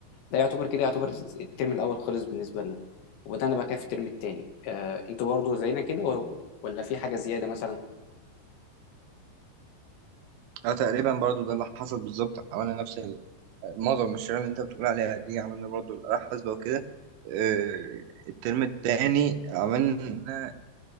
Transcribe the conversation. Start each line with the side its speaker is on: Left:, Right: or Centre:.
Left: ده يعتبر كده يعتبر الترم الاول خلص بالنسبه لنا وبدانا بقى كده في الترم التاني آه انتوا برضو زينا كده و- ولا في حاجه زياده مثلا
Right: اه تقريبا برضو ده اللي حصل بالظبط عملنا نفس معظم المشاريع اللي انت بتقول عليها دي عملنا برضو الآلة الحاسبة وكده آه، الترم التاني عملنا